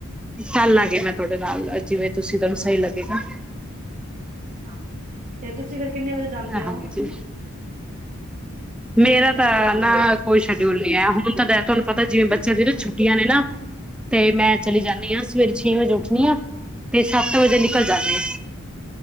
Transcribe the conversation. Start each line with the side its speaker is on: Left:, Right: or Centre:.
Centre: ਚੱਲਾਂਗੇ। ਮੈਂ ਤੁਹਾਡੇ ਨਾਲ ਜਿਵੇਂ ਤੁਸੀਂ ਤੁਹਾਨੂੰ ਸਹੀ ਲੱਗੇਗਾ।
Right: ਹਾਂ। ਤੇ ਤੁਸੀਂ ਤੁਸੀਂ ਫੇਰ ਕਿੰਨੇ ਵਜੇ ਜਾਂਦੇ ਹੋ।
Centre: ਹਾਂਜੀ ਮੇਰਾ
Right: ਤੁਸੀਂ ਕਿੰਨੇ
Centre: ਤਾਂ
Right: ਵਜੇ ਜਾਂਦੇ
Centre: ਨਾ
Right: ਹੋ?
Centre: ਕੋਈ ਸ਼ਡਿਊਲ ਨਹੀਂ ਹੈ। ਹੁਣ ਤਾਂ ਦਿਨ ਤੁਹਾਨੂੰ ਪਤਾ ਜਿਵੇਂ ਬੱਚਿਆਂ ਦੀ ਨਾ ਛੁੱਟੀਆਂ ਨੇ ਨਾ, ਤੇ ਮੈਂ ਚਲੀ ਜਾਂਦੀ ਹਾਂ। ਸਵੇਰੇ ਛੇ ਵਜੇ ਉੱਠਣੀ ਹਾਂ ਤੇ ਸੱਤ ਵਜੇ ਨਿਕਲ ਜਾਣੀ ਹਾਂ।